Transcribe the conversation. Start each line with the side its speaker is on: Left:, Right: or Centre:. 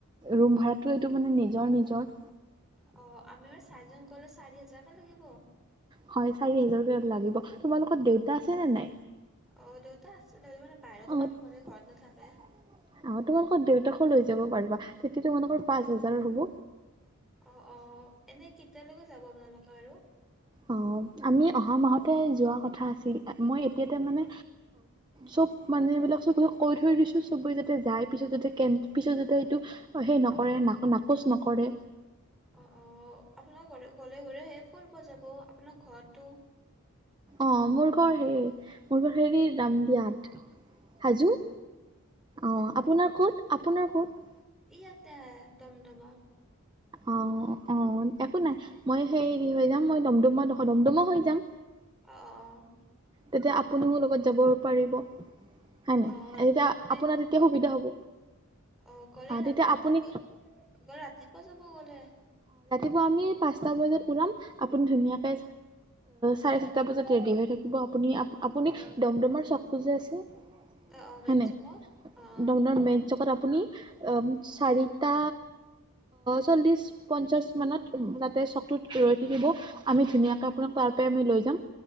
Right: ৰুম ভাৰাটো এইটো মানে জৰ্ নিজৰ
Centre: অ' আমি মানে চাৰিজন গ'লে চাৰি হাজাৰকে লাগিব।
Right: হয় চাৰি হাজাৰকে লাগিব তোমালোকৰ দেউতা আছে নে নাই,
Centre: অ দেউতা আছে দেউতা মানে বাহিৰত
Right: অ'
Centre: কাম
Right: আহ
Centre: কৰে ঘৰত নাথাকে
Right: তোমালোকৰ দেউতাকো লৈ যাব পাৰিবা। তেতিয়া তোমালোকৰ পাঁচ হাজাৰৰ হ'ব।
Centre: অ' অ' এনে কেতিয়ালৈকে যাব আপোনালোকে বাৰু।
Right: অ' আমি অহা মাহতে যোৱা কথা আছিল। মই এতিয়া তে মানে চব মানে এইবিলাক চবকে কৈ থৈ দিছোঁ, চবে যাতে যায় পিছত যাতে কে পিছত যাতে এইটো সেই নকৰে ন নাকচ নকৰে।
Centre: অ' অ' আপোনাৰ ঘৰে ঘলে ঘৰে শেষ কৰিব যাব আপোনাৰ ঘৰটো
Right: অ' মোৰ ঘৰ হে মোৰ ঘৰ হেৰি দাম দিয়া হাজো,
Centre: অ
Right: অ' আপোনাৰ ক'ত আপোনাৰ ক'ত
Centre: ইয়াতে দমডমা।
Right: অ' অ একো নাই মই, হেই হেৰি হৈ যাম মই দমডমা দমডমা হৈ যাম।
Centre: অ' অ' - অঁ।
Right: তেতিয়া আপুনিও লগত যাব পাৰিব। হয় নাই
Centre: অঁ
Right: এতিয়া
Centre: মানে
Right: আপোনাৰ তেতিয়া সুবিধা হ'ব
Centre: অ গলে
Right: তেতিয়া
Centre: নে ৰাতিপুৱা
Right: আপুনি
Centre: গলে ৰাতিপুৱা যাব গলে
Right: পুৱা আমি পাঁচটা বজাত ওলাম। আপুনি ধুনীয়াকে চাৰে তাৰপিছত ৰেডী হৈ থাকিব আপুনি-আপুনি দমদমাৰ চকটো যে আছে
Centre: অঁ অ মেইন
Right: হয় নাই
Centre: চকত, অঁ।
Right: আপোনাৰ মেথ জকত আপুনি চাৰিটা চল্লিশ অ পঞ্চাছ মানত তাতে চকটোত ৰৈ থাকিব, আমি ধুনীয়াকৈ আপোনাক তাৰ পৰা আমি লৈ যাম,